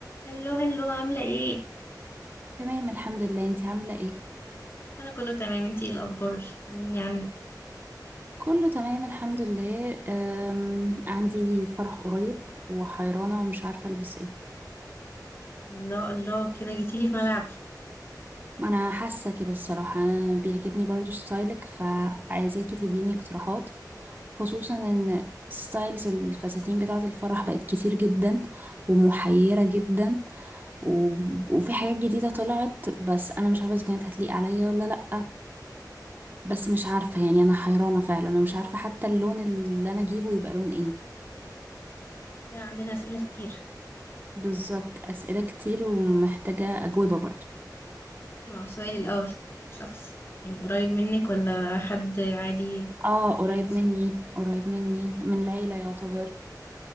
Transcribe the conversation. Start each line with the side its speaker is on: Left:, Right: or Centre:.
Left: هلو هلو عاملة ايه؟
Right: تمام الحمد لله انتي عاملة ايه؟
Left: انا كله تمام انتي ايه الاخبار؟ طمني عنك
Right: كله تمام الحمد لله أم... عندي فرح قريب وحيرانة ومش عارفة البس ايه
Left: الله الله كده جيتيلي في ملعب
Right: ما انا حاسة كده الصراحة انا بيعجبني برضو ستايلك فعايزاكي تديني اقتراحات خصوصا ان ستايلز الفساتين بتاعة الفرح بقت كتير جدا ومحيرة جدا و... وفي حاجات جديدة طلعت بس انا مش عارفة اذا كانت هتليق عليا ولا لأ بس مش عارفة يعني انا حيرانة فعلا انا مش عارفة حتى اللون اللي انا اجيبه يبقى لون ايه
Left: كده عندنا اسئلة كتير
Right: بالظبط أسئلة كتير ومحتاجة أجوبة برضو
Left: مع السؤال الاول شخص يعني قريب منك ولا حد عادي
Right: اه
Left: فريندز
Right: قريب مني قريب مني من العيلة يعتبر